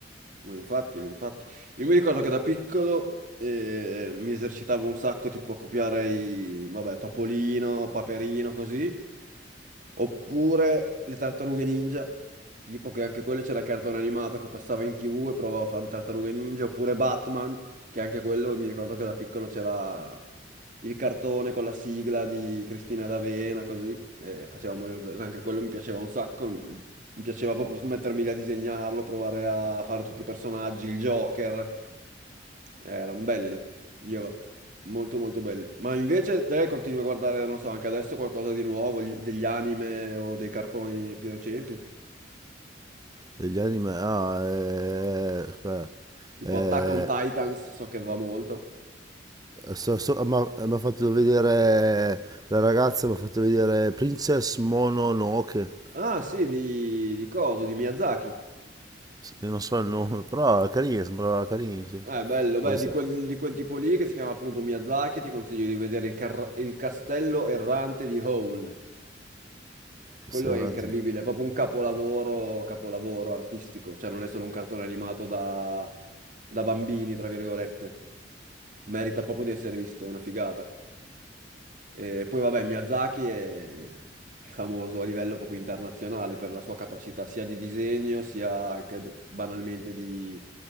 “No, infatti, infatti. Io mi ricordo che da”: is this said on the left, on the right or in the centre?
Right